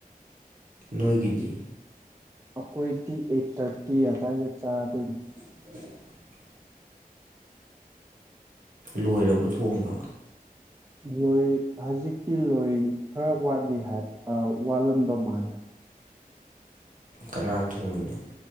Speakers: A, on the right (about 60°); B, on the right (about 20°).
A: ꯅꯣꯏꯒꯤꯗꯤ
B: ꯑꯩꯈꯣꯏꯗꯤ ꯑꯩꯠ ꯊꯥꯔꯇꯤ ꯑꯗꯨꯋꯥꯏꯗ ꯆꯥꯗꯣꯏꯅꯤ
A: <unintelligible> ꯂꯣꯏꯔꯕꯣ ꯊꯣꯡꯕ
B: ꯂꯣꯏ ꯍꯧꯖꯤꯛꯇꯤ ꯂꯣꯏ ꯈꯔꯥ ꯋꯥꯠꯂꯤ ꯍꯥꯏ ꯋꯥꯠꯂꯝꯗꯣ ꯃꯥꯜꯂꯦ
A: ꯀꯅꯥꯅ ꯊꯣꯡꯉꯤꯅꯣ